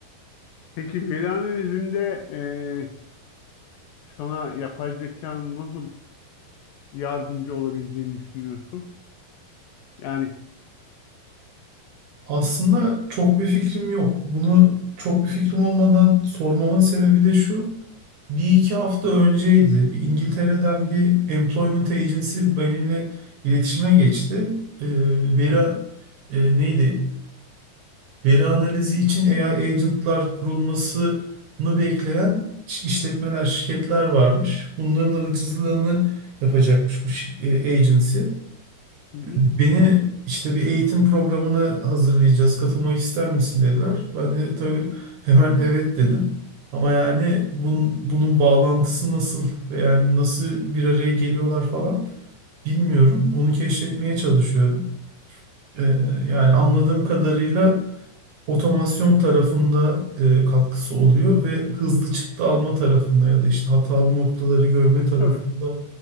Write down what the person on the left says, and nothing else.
Peki veri analizinde eee, sana yapay zekanın nasıl yardımcı olabileceğini düşünüyorsun? Yani
evet.
Hı hı.
E,
tabii.